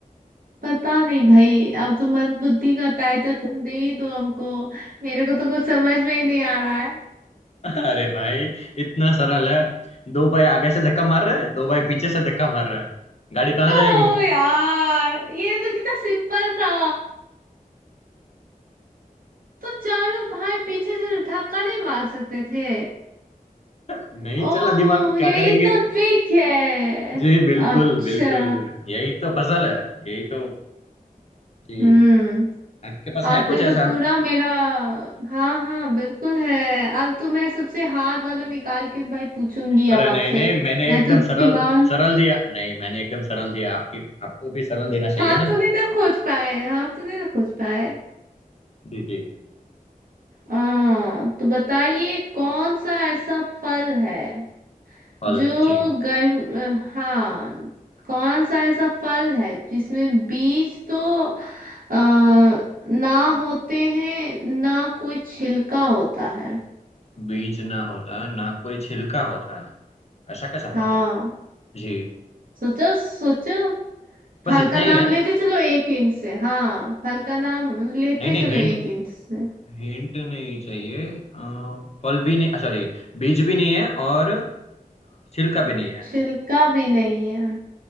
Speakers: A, on the right (about 70°); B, on the left (about 45°).
A: पता नहीं भाई अब तो मंद बुद्धि का टाइटल तुम दे ही दो हमको मेरे को तो कुछ समझ में ही नहीं आ रहा है
B: <laughs> अरे भाई इतना सरल है दो भाई आगे से धक्का मार रहे हैं दो भाई पीछे से धक्का मार रहे हैं गाड़ी कहाँ
A: ओ
B: जाएगी
A: यार ये तो कितना सिंपल था तो चारों भाई पीछे से तो धक्का नहीं मार सकते थे
B: <laughs> नहीं
A: ओ
B: चला दिमाग क्या
A: यही
B: करेंगे
A: तो ट्रिक है
B: जी बिल्कुल
A: अच्छा
B: बिल्कुल यही तो पजल है यही तो जी
A: हम्म
B: आपके पास
A: आपने
B: है कुछ ऐसा
A: तो पूरा मेरा हाँ हाँ बिल्कुल है अब तो मैं सबसे हार्ड वाला निकाल के भाई पूछूंगी
B: अरे
A: अब आपसे
B: नहीं नहीं मैंने
A: मैं
B: एकदम
A: तो
B: सरल
A: दिमाग
B: सरल दिया नहीं मैंने एकदम सरल दिया आपकी आपको भी सरल देना चाहिए
A: हम
B: ना
A: तो नहीं ना खोज पाए हम तो नहीं ना खोज पाए
B: जी जी
A: आ, तो बताइए कौन सा ऐसा फल है
B: फल
A: जो
B: जी
A: गर्म अ, हाँ कौन सा ऐसा फल है जिसमें बीज तो आ, ना होते हैं ना कोई छिलका होता है
B: बीज ना होता ना कोई छिलका होता ऐसा कैसा
A: हाँ
B: फल है जी
A: सोचो सोचो
B: बस
A: फल
B: इतना
A: का
B: ही
A: नाम
B: है
A: लेते चलो एक इंच से हाँ फल का नाम लेते
B: नहीं नहीं
A: चलो
B: हिंट
A: एक इंच से
B: हिंट नहीं चाहिए अ, फल भी नहीं सॉरी बीज भी नहीं है और छिलका भी नहीं है
A: छिलका भी नहीं है